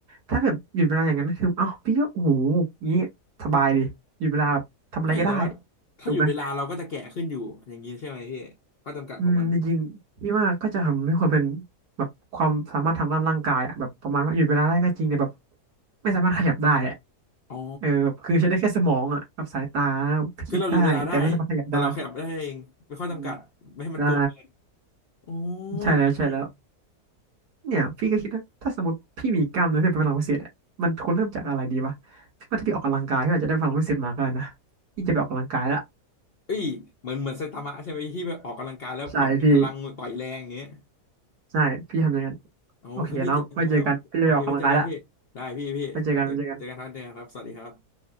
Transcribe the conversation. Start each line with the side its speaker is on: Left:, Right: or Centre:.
Right: ถ้าแบบหยุดเวลาอย่างนั้นคือเอ้าพี่ก็โอ้โหงี้สบายดิหยุดเวลาแบบทำอะไรก็ได้
Left: ใช่แต่ว่าถ้าหยุดเวลาเราก็จะแก่ขึ้นอยู่อย่างนี้ใช่ไหมพี่ข้อจำกัดของมัน
Right: ถูกไหมอืมจริงๆพี่ว่าก็จะทำให้คนเป็นแบบความสามารถทางด้านร่างกายอะแบบประมาณว่าหยุดเวลาได้ก็จริงแต่แบบไม่สามารถขยับได้อะ
Left: อ๋อ
Right: เออแบบคือใช้ได้แค่สมองอ่ะกับสายตา
Left: คือเราหยุดเวลาได้
Right: คิดได้แต่ไม่สามารถขยับได้
Left: แต่เราขยับได้เอง ไม่ข้อจำกัด
Right: อืม
Left: ไม่ให้มันโกงเกิน
Right: ได้
Left: โอ้
Right: ใช่แล้วใช่แล้ว
Left: ยอย่างนี้นี่เอง
Right: เนี่ยพี่ก็คิดนะถ้าสมมติพี่มีกล้ามเนื้อเพื่อเป็นพลังพิเศษอะมันควรเริ่มจากอะไรดีวะพี่ว่าถ้าพี่ออกกำลังกายพี่อาจจะได้พลังพิเศษมาก็ได้นะพี่จะไปออกกำลังกายละ
Left: เอ้ยเหมือนเหมือนไซตามะใช่ไหมที่แบบออกกำลังกายแล้วแบบมีพลังต่อยแรงอย่างเงี้ย
Right: ใช่พี่ใช่พี่ทำอย่างนั้น
Left: โอ้คือพี่เจออ่าโอเคโอเคไว้เจอกันพี่ได้พี่พี่เจอเจอกันครับเจอกันครับสวัสดีครับ
Right: โอเคน้องไว้เจอกันพี่จะไปออกกำลังกายละไว้เจอกันไว้เจอกัน